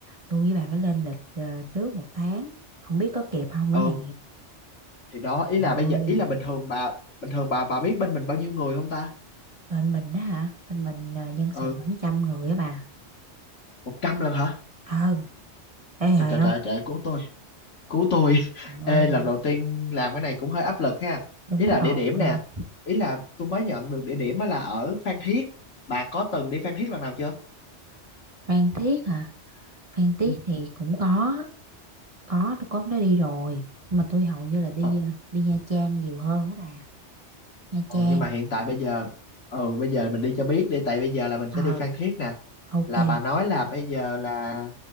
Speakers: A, on the right; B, on the left.
A: tôi với bà phải lên lịch ờ, trước một tháng, không biết có kịp không nữa
B: ừ
A: nè.
B: thì đó ý là
A: Rồi,
B: bây giờ ý là bình thường bà bình thường bà bà biết bên mình bao nhiêu người không ta
A: bên mình đó hả? Bên mình ờ, nhân
B: ừ
A: sự khoảng trăm người á bà.
B: một trăm lần hả
A: Ừ, ê
B: trời
A: hề
B: trời
A: không?
B: trời trời cứu tôi cứu tôi <laughs>
A: Trời
B: ê
A: ơi,
B: lần đầu tiên làm cái này cũng hơi áp lực ha
A: đúng
B: ý là địa
A: rồi.
B: điểm nè ý là tôi mới nhận được địa điểm á là ở Phan Thiết bà có từng đi Phan Thiết lần nào chưa
A: Phan Thiết hả? Phan Thiết
B: Ừ.
A: thì cũng có, có tôi có hôm đó đi rồi. Nhưng mà tôi hầu như là đi
B: ờ,
A: ờ, đi Nha Trang nhiều hơn á bà. Nha
B: ừ,
A: Trang.
B: nhưng mà hiện tại bây giờ ừ bây giờ mình đi cho biết đi tại bây giờ là mình
A: Ờ,
B: sẽ đi Phan Thiết nè
A: ok.
B: là bà nói là bây giờ là